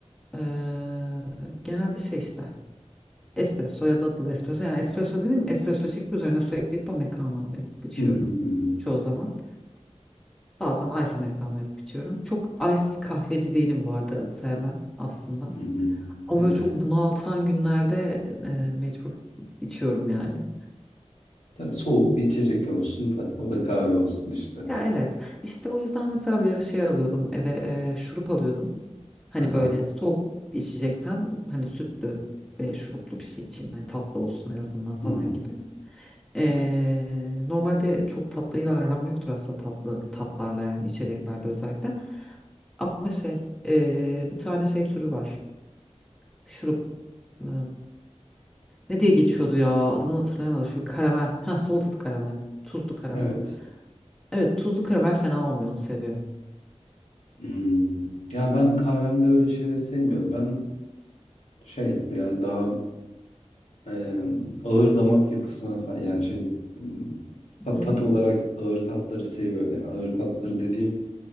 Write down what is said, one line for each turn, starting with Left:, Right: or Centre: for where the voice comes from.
Centre: Ee, genelde şey işte. Espresso ya da double espresso. Yani espresso dedim espresso çekip üzerine su ekleyip americano yapıp içiyorum.
Left: Hı hı, hı hı.
Centre: Çoğu zaman. Bazen ice americano yapıp içiyorum. Çok ice kahveci değilim bu arada sevmem aslında.
Left: Hı hı.
Centre: Ama
Left: Evet.
Centre: böyle çok bunaltan günlerde e, mecbur içiyorum yani.
Left: Tabii soğuk bir içecek olsun da o da kahve olsun işte.
Centre: Ya evet işte o yüzden mesela bir ara şey alıyordum eve e, şurup alıyordum. Hani
Left: Aha.
Centre: böyle soğuk içeceksem hani sütlü ve şuruplu bir şey içeyim. Hani tatlı olsun en azından falan
Left: hı. Hı hı.
Centre: gibi. Ee, normalde çok tatlıyla aram yoktur aslında tatlı tatlarla yani içeceklerde özellikle. Ama şey ee, bir tane şey türü var. Şurup ee, ne diye geçiyordu ya adını hatırlayamadım. Şu karamel. Ha salted karamel. Tuzlu karamel.
Left: Evet.
Centre: Evet tuzlu karamel fena olmuyor onu seviyorum.
Left: Imm, ya ben kahvemde öyle şeyleri sevmiyorum. Ben şey biraz daha, emm, ağır damak yapısına sa yani şey, ımm, ta
Centre: Hı
Left: tat
Centre: hı.
Left: olarak ağır tatları seviyorum. Ya ağır tatları dediğim